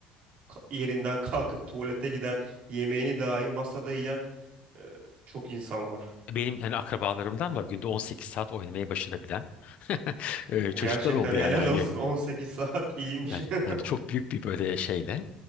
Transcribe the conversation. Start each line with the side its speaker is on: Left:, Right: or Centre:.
Right: ka- yerinden kalkıp tuvalete giden, yemeğini dahi masada yiyen e, çok insan var.
Left: Benim hani akrabalarımdan var günde 18 saat oynamayı başarabilen e, çocuklar
Right: Gerçekten
Left: oldu
Right: helal
Left: yani hani
Right: olsun <laughs> 18 saat iyiymiş.
Left: Yani
Right: <laughs>
Left: hani çok büyük bir böyle şeyle